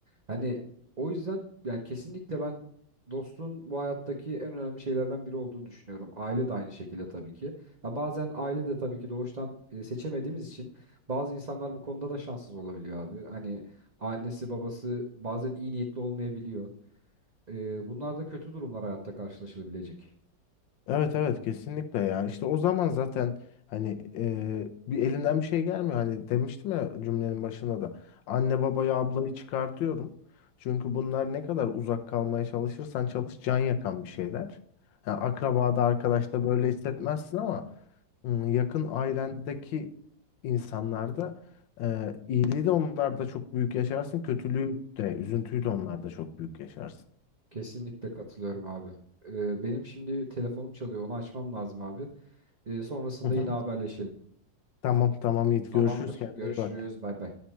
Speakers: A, on the right; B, on the left.
A: Hani o yüzden yani kesinlikle ben dostluğun bu hayattaki en önemli şeylerden biri olduğunu düşünüyorum. Aile de aynı şekilde tabii ki. Ha, bazen aile de tabii ki doğuştan e, seçemediğimiz için bazı insanlar bu konuda da şanssız olabiliyor abi. Hani annesi babası bazen iyi niyetli olmayabiliyor. Ee, bunlar da kötü durumlar hayatta karşılaşılabilecek.
B: Evet evet kesinlikle ya işte o zaman zaten hani e, bir elinden bir şey gelmiyor hani demiştim ya cümlenin başında da anne babayı ablayı çıkartıyorum çünkü bunlar ne kadar uzak kalmaya çalışırsan çalış can yakan bir şeyler yani akrabada arkadaşta böyle hissetmezsin ama ım, yakın ailendeki insanlarda e, iyiliği de onlarda çok büyük yaşarsın kötülüğü de üzüntüyü de onlarda çok büyük yaşarsın.
A: Kesinlikle katılıyorum abi. Ee, benim şimdi telefonum çalıyor. Onu açmam lazım abi. Ee, sonrasında
B: Hı hı.
A: yine haberleşelim.
B: Tamam tamam Yiğit
A: Tamamdır.
B: görüşürüz kendine
A: Görüşürüz.
B: iyi bak.
A: Bay bay.